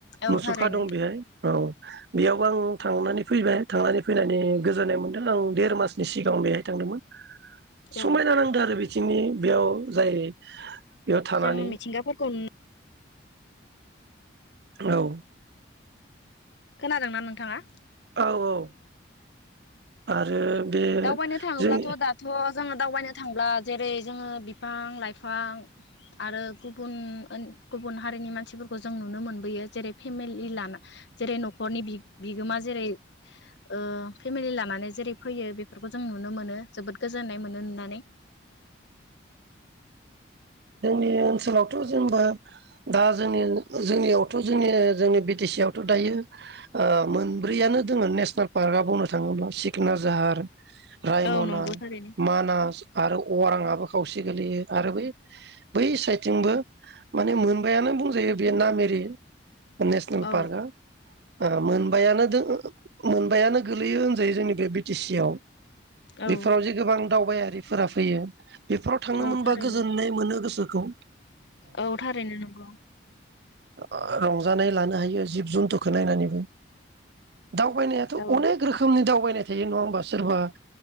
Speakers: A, on the left; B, on the right.
A: औ
B: मुसुखा
A: थारैनो
B: दं बेहाय औ बेयाव आं थांनानै फैबाय थांनानै फैनानै गोजोननाय मोन दों औ देर मासनि सिगांआव बेहाय थांदोंमोन
A: औ
B: समायना नांदो आरो बिथिंनि बेयाव जाय बेयाव थानानै
A: जोंङो मिथिंगाफोरफोरखौ
B: औ
A: खोनादोंना नोंथाङा
B: औ औ आरो बे
A: दावबायनो थांङोब्लाथ
B: जोंनि
A: दाथ जोंङो दावबायनो थांब्ला जेरै जोंङो बिफां लाइफां आरो गुबुन ओन गुबुन हारिनि मानसिफोरखौ जों नुनो मोनबोयो जेरै फेमिलि लाना जेरै नखरनि बि-बिगोमा जेरै ओ फेमेलि लाब माने जेरै फैयो बेख, फोरखौ जों नुनो मोनो।। जोबोद गोजोननाय मोनो नुनानै
B: जोंनि ओनसोलावथ' जोंबो दा जोंनि जोंनियावथ' जोंनि जोंनि बि टि सि आवथ' दायो ओ मोनब्रैयानो दोङो नेसनेल पार्कआ बुंनो थांङोब्ला सिखना जाहार रायमना
A: औ नंगौ थारैनो
B: मानास आरो अ अङांआबो खावसे गोलैयो आरो बै बै साइडथिंबो माने मोनबायानो बुंजायो बे नाम एरि नेसनेल
A: औ
B: पार्का ओ मोनबायानो दो मोनबायानो गोलैयो होनजायो जोंनि बे बि टि सि आव।
A: औ
B: बेफोराव जे गोबां दावबायारि फोरा फैयो। बेफोराव थांनो
A: औ
B: मोनबा
A: थारैनो
B: गोज गोजोननाय मोनो गोसो खौ
A: औ थारैनो नंगौ।
B: ओ रंजानाय लानो हायो जिब जुन्थुखौ नायनानैबो। दावबायनायाथ
A: औ
B: अनेक रोखोमनि दावबाय फैबाय थायो नंङा होमबा सोरबा